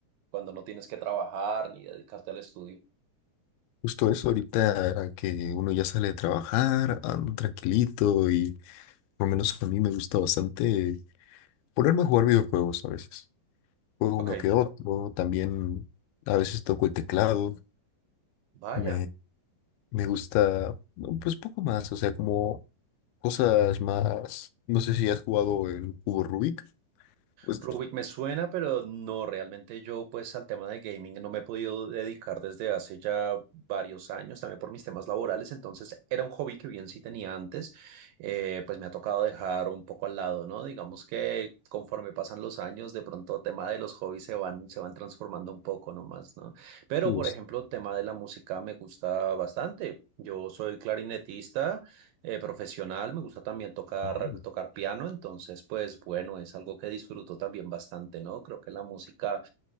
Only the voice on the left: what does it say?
Justo eso, ahorita que uno ya sale de trabajar, ando tranquilito y por lo menos a mí me gusta bastante ponerme a jugar videojuegos a veces. Juego
uno que otro, también a veces toco el teclado,
me, me gusta no, pues poco más, o sea, como cosas más, no sé si has jugado el cubo Rubik, pues,
pues,
no.